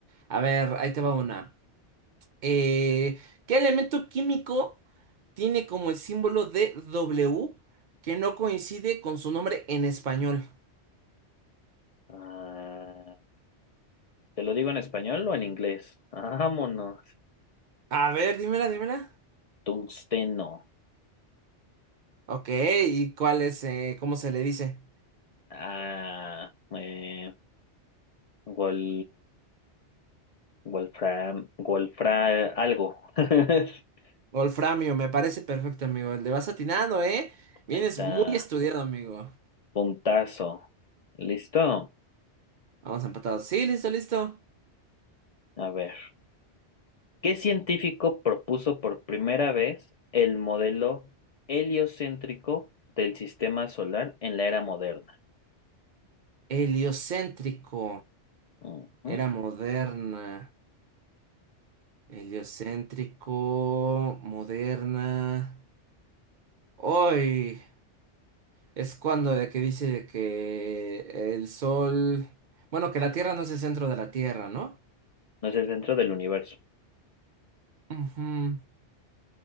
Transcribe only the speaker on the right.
A ver, ahí te va una. Eh, ¿qué elemento químico tiene como el símbolo de W que no coincide con su nombre en español?
A ver, dímela, dímela.
Ok, ¿y cuál es, eh, cómo se le dice?
Wolframio, me parece perfecto, amigo. Le vas atinado, ¿eh? Vienes
muy estudiado, amigo.
Vamos empatados. Sí, listo, listo.
Heliocéntrico.
Era moderna. Heliocéntrico, moderna. Hoy es cuando de que dice de que el sol, bueno, que la Tierra no es el centro de la Tierra, ¿no?
Ujú.